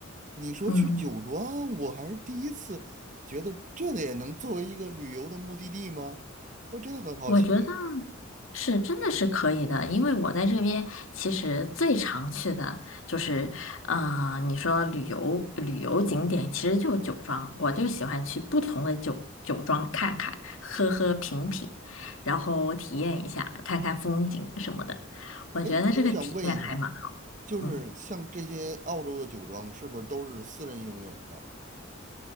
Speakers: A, on the right; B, on the left.
A: 你说去酒庄，
B: 嗯
A: 我还是第一次觉得这也能作为一个旅游的目的地吗？我真的很好奇。
B: 我觉得是真的是可以的，因为我在这边其实最常去的就是，呃，你说旅游旅游景点其实就是酒庄，我就喜欢去不同的酒酒庄看看，喝喝品品，然后体验一下，看看风景什么的。我觉得这个体验还蛮好。
A: 哎，我想问一下，就是像这些澳洲的酒庄，
B: 嗯，
A: 是不是都是私人拥有的？